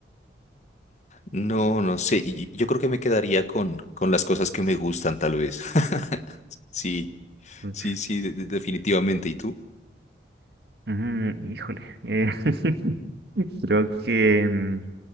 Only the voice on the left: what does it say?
No, no sé. y- Yo creo que me quedaría con, con las cosas que me gustan, tal vez. <laughs> Sí,
sí, sí, de- de- definitivamente. ¿Y tú?